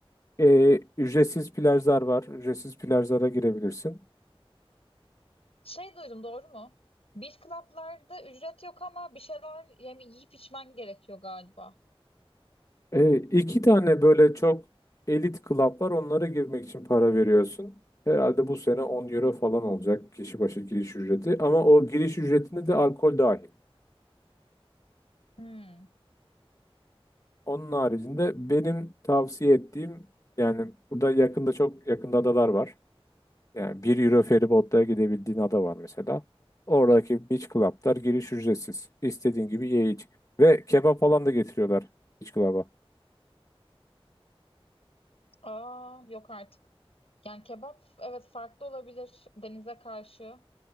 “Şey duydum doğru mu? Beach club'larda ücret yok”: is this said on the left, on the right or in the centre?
Left